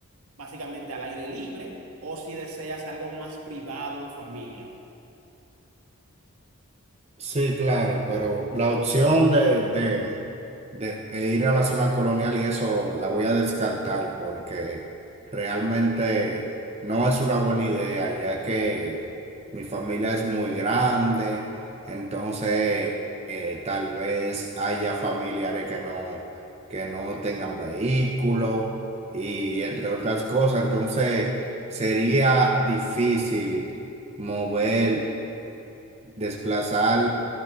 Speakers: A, on the right; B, on the right.
A: básicamente al aire libre, o si deseas algo más privado en familia.
B: Sí, claro, pero la opción de, de, de ir a la zona colonial y eso la voy a descartar porque realmente no es una buena idea, ya que mi familia es muy grande, entonces eh, tal vez haya familiares que no, que no tengan vehículo y entre otras cosas, entonces sería difícil mover, desplazar